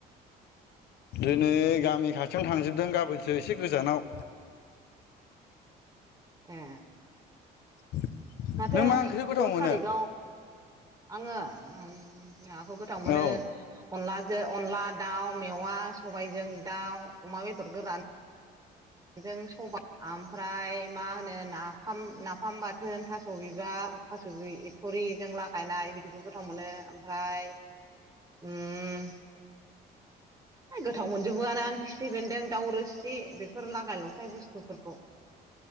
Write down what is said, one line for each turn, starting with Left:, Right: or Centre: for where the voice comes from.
Left: दिनै गामि खाथियावनो थांजोबदों। गाबोनसो एसे गोजानाव।
Right: ए
Left: <inaudible>
Right: माथो
Left: नों मा ओंख्रि गोथाव
Right: द' थारिखआव
Left: मोनो
Right: आङो उम नाखौ गोथाव मोनो
Left: औ
Right: अनला जो अनला दाउ मेवा सबायजों दाउ अमा बेदर गोरान। जों सबाय आमफ्राय मा होनो नाफाम, नाफाम बाथोन थास' बिबार, थास' एथ'रिजों लागायनाय। दिनिखौबो गोथाव मोनो ओमफ्राय उम होय गोथाव मोन जोबोआनो आं खिफै बेन्दों दाउ रोसि बेफोर लागाय लखाय बुस्थुफोरखौ।